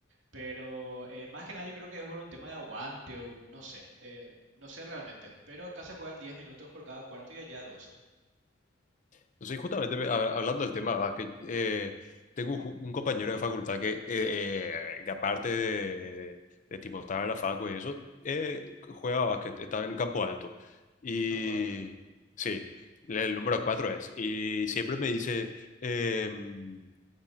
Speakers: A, on the right; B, on the left.
A: Pero eh, más que nada yo creo que es por un tema de aguante o no sé, eh, no sé realmente, pero acá se juegan 10 minutos por cada cuarto y allá doce
B: Entonces, justamente me- a- hablando del tema de básquet, eh, tengo un, ju- un compañero de facultad que, eh, eh, que aparte de, de tipo estar en la facu y eso, eh, juega básquet, está en Campo Alto. Y
A: Campo Alto.
B: sí, el número 4 es. Y siempre me dice... em,